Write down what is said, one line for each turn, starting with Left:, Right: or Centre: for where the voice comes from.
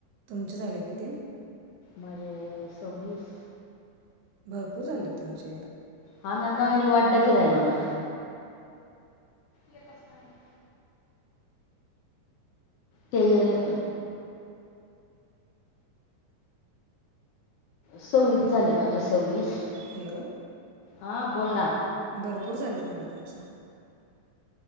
Right: तुमचे झाले किती
Left: माझे सव्वीस
Right: भरपूर झाले तुमचे
Left: हा ना न वाटदाची राहिल ना येत असताना ते येल आहेत ना सव्वीस झाले माझे सव्वीस
Right: हॅलो
Left: हां बोल ना
Right: भरपूर झालं म्हणल तुमच्या